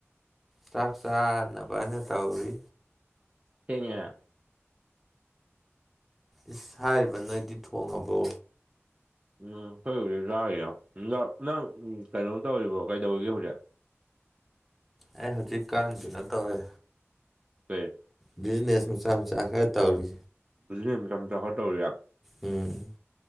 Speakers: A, in the centre; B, on the right.
A: ꯆꯥꯛ ꯆꯥꯅꯕꯅ ꯇꯧꯔꯤ
B: ꯊꯦꯡꯉꯦꯍꯦ
A: ꯏꯁ ꯍꯥꯏꯔꯤꯕꯥ ꯅꯣꯢꯗꯤ ꯊꯣꯡꯉꯕꯣ
B: ꯎꯝ ꯑꯈꯣꯏ ꯍꯧꯖꯤꯛ ꯆꯥꯔꯤꯌꯦ ꯅ ꯅꯪ ꯀꯩꯅꯣ ꯇꯧꯔꯤꯕꯣ ꯀꯩꯗꯧꯔꯤꯒꯦ ꯍꯧꯖꯤꯛ
A: ꯑꯩ ꯍꯧꯖꯤꯛ ꯀꯥꯟ ꯀꯩꯅꯣ ꯇꯧꯋꯦ
B: ꯀꯩ
A: ꯕꯤꯖꯤꯅꯦꯁ ꯃꯆꯥ ꯃꯆꯥ ꯈ꯭ꯔ ꯇꯧꯔꯤ
B: ꯕꯤꯖꯤꯅꯦꯁ ꯃꯆꯥ ꯃꯆꯥ ꯈꯔ ꯇꯧꯔꯤꯌꯦ
A: ꯎꯝ